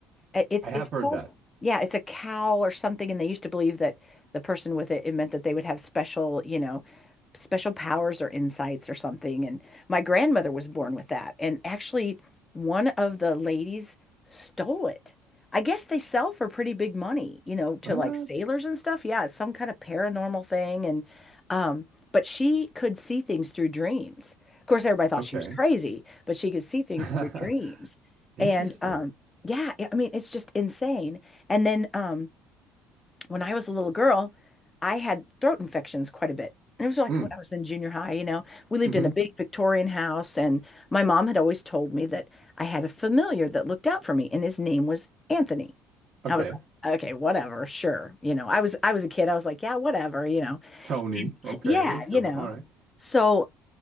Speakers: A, on the left; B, on the right.
A: Uh, It's
B: I have
A: it's called
B: heard that.
A: yeah, it's a cowl or something and they used to believe that the person with it it meant that they would have special, you know, special powers or insights or something. And my grandmother was born with that. And actually, one of the ladies stole it. I guess they sell for pretty big money, you know, to
B: What?
A: like sailors and stuff. Yeah, it's some kind of paranormal thing. And, um, but she could see things through dreams. Of course, everybody thought
B: Okay.
A: she was crazy, but she could see things
B: <laughs>
A: through dreams.
B: Interesting.
A: And, um, yeah, I mean, it's just insane. And then, um, when I was a little girl, I had throat infections quite a bit. It was like
B: Mm,
A: when I was in junior high, you know, we lived
B: hmm Mm-hmm.
A: in a big Victorian house, and my mom had always told me that I had a familiar that looked out for me, and his name was Anthony.
B: Okay.
A: I was like, okay, whatever, sure. You know, I was I was a kid. I was like, yeah, whatever, you know.
B: Tony.
A: <laughs>
B: Okay.
A: Yeah,
B: Hey, Tony.
A: you know.
B: All right.
A: So